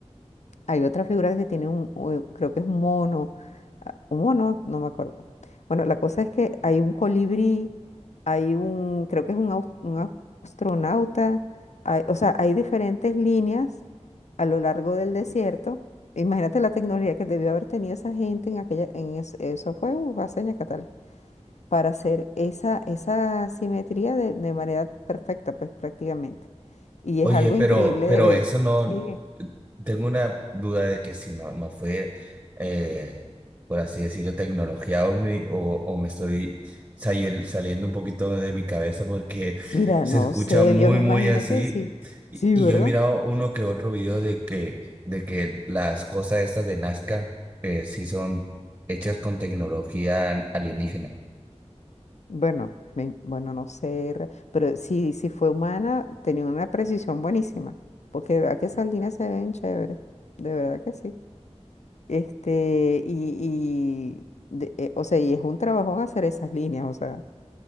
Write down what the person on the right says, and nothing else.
Oye,
pero,
pero
eso no,
tengo una duda de que si no, no fue, eh, por así decirlo, tecnología hombre, o, o me estoy sayel- saliendo un poquito de mi cabeza porque
se
escucha
muy,
muy
así.
Y,
y
yo he mirado uno que otro video de que, de que las cosas estas de Nazca, eh, sí son hechas con tecnología alienígena.